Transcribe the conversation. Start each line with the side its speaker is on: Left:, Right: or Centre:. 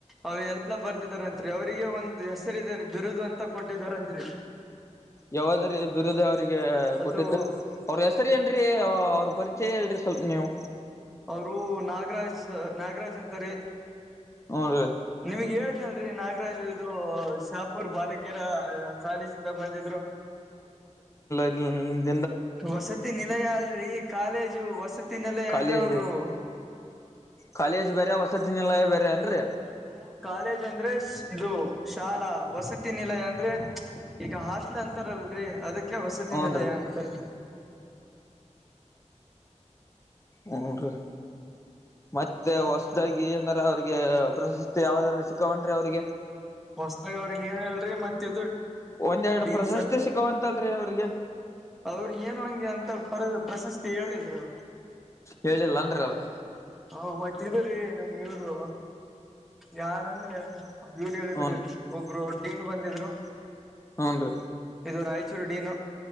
Centre: ಅವ ಎಲ್ಲ ಬರ್ದಿದಾರತ್ರಿ ಅವ್ರಿಗೆ ಒಂದ್ ಹೆಸರಿದೆ ಬಿರುದು ಅಂತ ಕೊಟ್ಟಿದಾರಂರಿ
Left: ಯಾವಾದ್ರೀ ಬಿರುದ ಅವ್ರಿಗೆ ಕೊಟ್ಟಿದ್ದ
Centre: ಅದು
Left: ಅವ್ರ ಹೆಸರಿ ಏನ್ರರಿ ಅವ್ರ ಪರಿಚಯ ಹೇಳ್ರಿ ಸಟ್ ನೀವು
Centre: ಅವರು ನಾಗರಾಜ್ ನಾಗರಾಜ್ ಅಂತರಿೀ
Left: ಹೂನ್ರಿ
Centre: ನಿಮ್ಗ್ ಹೇಳ ನಲ್ರಿ ನಾಗರಾಜು ಇದು ಶಾಪ್ ೂರ್ ಬಾಲಕಿಯರ ಕಾಲೇಜಿಂದ ಬಂದಿದ್ರು
Left: ಹಾ
Centre: ವಸತಿ ನಿಲಯ ಅಲ್ರರಿ ಕಾಲೇಜು ವಸತಿ ನಿಲಯ
Left: ಕಾಲೇಜ್
Centre: ಅಂದ್ರ ಅವರು
Left: ಕಾಲೇಜ್ ಬೇರೆ ವಸತಿ ನಿಲಯ ಬೇರೆೇನ್ರಿ
Centre: ಹ್ಮ ಕಾಲೇಜ್ ಅಂದ್ರೆ ಇದು ಶಾಲಾ ವಸತಿ ನಿಲಯ ಅಂದ್ರೆ ಈಗ ಹಾಸ್ಟ್ಲ್ ಅಂತಾರಲ್ರರಿ ಅದಕ್ಕೆ ವಸತಿನಲಯ
Left: ಹೂನ್ರಿ
Centre: ಅಂತಾರ
Left: ಹನ್ ರೀ ಮತ್ತೆ
Centre: ಮತ್
Left: ಹೊಸದಾಗಿ ಏನಾರ ಅವಿಗೆ ಪ್ರಶಸ್ತಿ ಯಾವ್ದಾದ್ ಸಿಕ್ಕೊಂಡ್ರಿ ಅವ್ರಿಗೆ
Centre: ಹೊಸತಾಗ ಅವ್ರಗ ಏನ್ ಹೇಳಲ್ರರಿ ಮತ್ತೆ
Left: ಒಂದೆರಡು ಪ್ರಶಸ್ತಿ
Centre: ನ್ಸರ್
Left: ಸಿಕ್ಕವಂತಲ್ರಿ ಅವ್ರಿಗೆ
Centre: ಅವ್ರ ಏನು ಹಂಗೆ ಅಂತ ಪರ ಪ್ರಶಸ್ತಿ ಹೇಳಿಲ್ರಿ ಅವ್ರು
Left: ಹೇಳಿಲ್ಲ ಅನ ರಿ ಅವರು
Centre: ಹ ಮತ್ತಿದ್ರೀ ನಮ್ ಇವರು ಯಾರಂದ್ರೆ ಯೂರಿ ಹೇಳಿದ್ರಿ
Left: ಹೂನ್ರಿ
Centre: ಒಬ್ರು ಡೀನ್ ಬಂದಿದ್ರು
Left: ಹ್ನ್ ರೀ
Centre: ಇದು ರಾಯಚೂರು ಡೀನು